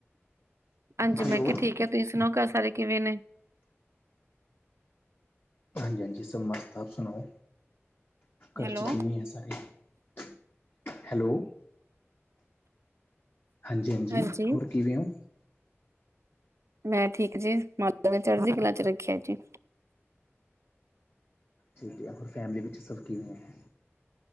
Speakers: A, on the right (about 75°); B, on the left (about 45°).
A: ਹਾਂਜੀ,
B: ਹੈਲੋ
A: ਮੈਂ ਕਿਹਾ ਠੀਕ ਏ, ਤੁਸੀਂ ਸੁਣਾਓ ਘਰ ਸਾਰੇ ਕਿਵੇ ਨੇ?
B: ਹਾਂਜੀ ਹਾਂਜੀ ਸਬ ਮਸਤ ਆਪ ਸੁਣਾਓ ਘਰ
A: ਹੈਲੋ
B: ਚੇ ਕਿਵੇਂ ਏ ਸਾਰੇ। ਹੈਲੋ। ਹਾਂਜੀ-ਹਾਂਜੀ
A: ਹਾਂਜੀ
B: ਹੋਰ ਕਿਵੇਂ ਹੋ
A: ਮੈਂ ਠੀਕ ਜੀ ਮਾਤਾ ਨੇ ਚੜ੍ਹਦੀ ਕਲਾਾਂ ਚ ਰੱਖਿਆ ਜੀ
B: ਠੀਕ ਹੈ ਹੋਰ ਫੈਮਿਲੀ ਵਿੱਚ ਸਭ ਕਿਵੇਂ ਹੈ